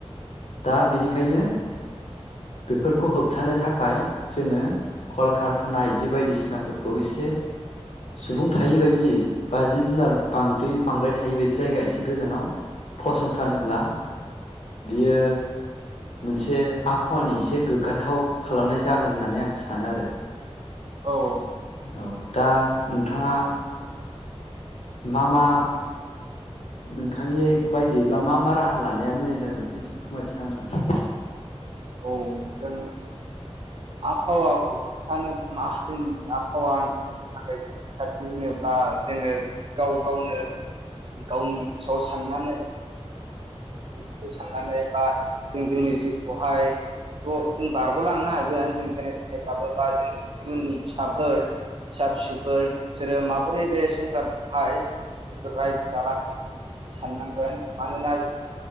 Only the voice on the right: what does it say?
औ
औ जों आबहावाखौ खोनथानो जोंनि आबहावानि थाखाय रैखाथि होनोब्ला जोङो गाव गावनो गावनि गोसोआव साननानै खौ साननानै बा जों जोंनि जिउखौहाय थ' जों बारग'लांनो हागोन जों जेने थेनेब्लाबो बा जोंनि इयुननि फिसाफोर फिसा फिसौफोर बिसोरो माबोरै बे संसारखौहाय जिथु रायजो जालांगोन बेखौ साननांगोन मानोना जों